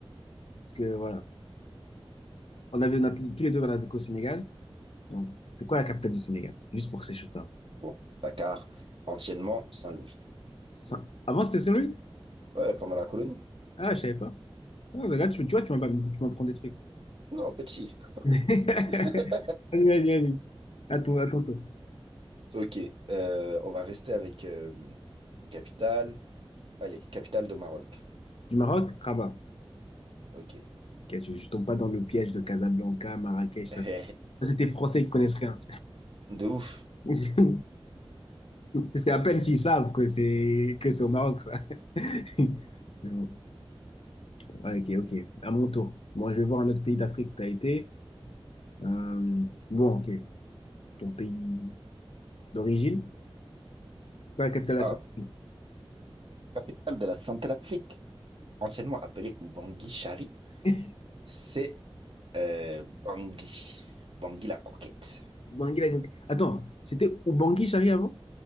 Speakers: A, on the left (about 75°); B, on the right (about 60°).
A: Parce que voilà, on avait, on a tous tous les deux, on a vécu au Sénégal. Donc, c'est quoi la capitale du Sénégal? Juste pour s'échauffer un peu.
B: Bon, Dakar, anciennement Saint-Louis.
A: Ça- Avant, c'était celui?
B: Ouais, pendant la colonie.
A: Ah, je savais pas. Ah, là, tu, tu vois, tu m'as pas- tu m'apprends des trucs.
B: Non, petit.
A: <laughs> Vas-y,
B: <laughs>
A: vas-y, vas-y. Attends, attends. attends.
B: Ok, euh, on va rester avec euh, capitale. Allez, capitale de Maroc.
A: Du Maroc, Rabat.
B: Ok.
A: Ok, je, je tombe pas dans le piège de Casablanca, Marrakech,
B: <laughs>
A: ça. ça, C'est des Français qui connaissent rien.
B: De ouf.
A: <laughs> C'est à peine s'ils savent que c'est que c'est au Maroc, ça. <laughs> Mais bon, ok, ok. À mon tour. Moi, je vais voir un autre pays d'Afrique où tu as été. Euh, bon, ok. Ton pays d'origine, pas la capitale de
B: Ah,
A: la Centrafrique.
B: capitale de la Centrafrique, anciennement appelée Ubangui Chari,
A: <laughs>
B: c'est euh, Bangui. Bangui la coquette.
A: Bangui, la Grande- Attends, c'était Ubangui Chari avant?